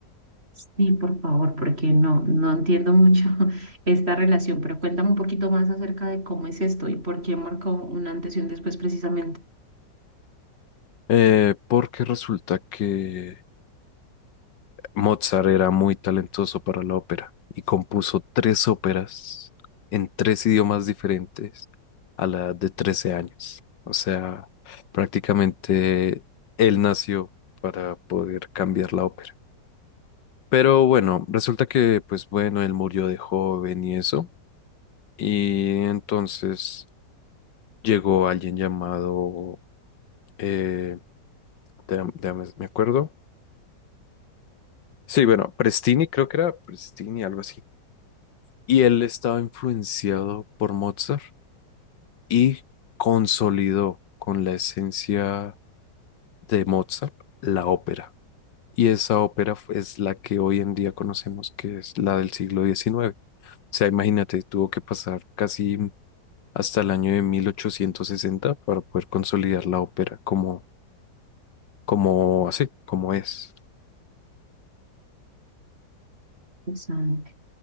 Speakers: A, on the right (about 35°); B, on the left (about 80°).
A: sí, por favor, porque no, no entiendo mucho <laughs> esta relación, pero cuéntame un poquito más acerca de cómo es esto y por qué marcó un antes y un después precisamente.
B: Eh, porque resulta que Mozart era muy talentoso para la ópera y compuso tres óperas en tres idiomas diferentes a la edad de 13 años. O sea, prácticamente él nació para poder cambiar la ópera. Pero bueno, resulta que, pues bueno, él murió de joven y eso. Y entonces llegó alguien llamado, eh, déjame- déjame- me acuerdo. Sí, bueno, Prestini, creo que era Prestini, algo así. y él estaba influenciado por Mozart y consolidó con la esencia de Mozart la ópera. Y esa ópera fu- es la que hoy en día conocemos, que es la del siglo diecinueve O sea, imagínate, tuvo que pasar casi hasta el año de 1860 para poder consolidar la ópera como, como así, como es.
A: Exacto.